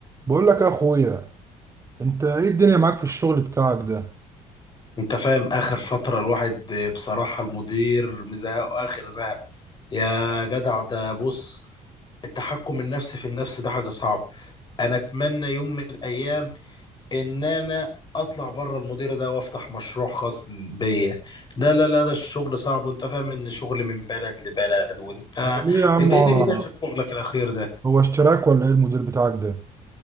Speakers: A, on the right (about 20°); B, on the left (about 30°).
A: بقول لك يا اخويا انت ايه الدنيا معاك في الشغل بتاعك ده
B: انت فاهم اخر فترة الواحد بصراحة المدير مزهق اخر زهق يا جدع ده بص التحكم النفسي في النفس ده حاجة صعبة انا اتمنى يوم من الايام ان انا اطلع بره المدير ده وافتح مشروع خاص بيا لا لا لا ده الشغل صعب وانت فاهم ان شغل من بلد لبلد وانت
A: ليه يا عم
B: انت ايه
A: هو
B: دنيتك في شغلك الاخير ده
A: هو اشتراك ولا ايه المدير بتاعك ده